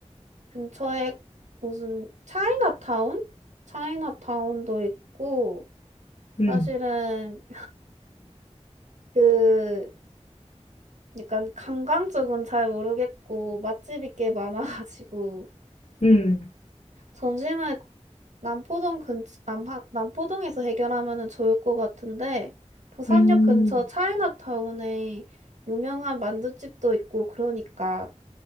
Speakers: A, on the right (about 90°); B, on the left (about 70°).
A: 근처에 무슨 차이나타운? 차이나타운도 있고,
B: 음,
A: 사실은 그, 약간 관광 쪽은 잘 모르겠고, 맛집이 꽤 많아가지고,
B: 음,
A: 점심을 남포동 근, 남하, 남포동에서 해결하면은 좋을 것 같은데, 부산역
B: 음.
A: 근처 차이나타운에 유명한 만둣집도 있고, 그러니까